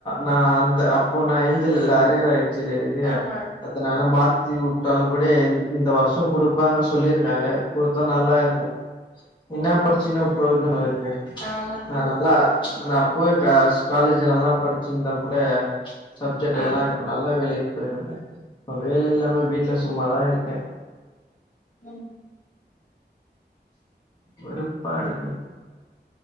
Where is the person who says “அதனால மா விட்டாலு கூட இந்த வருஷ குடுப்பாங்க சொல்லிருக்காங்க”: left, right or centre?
Left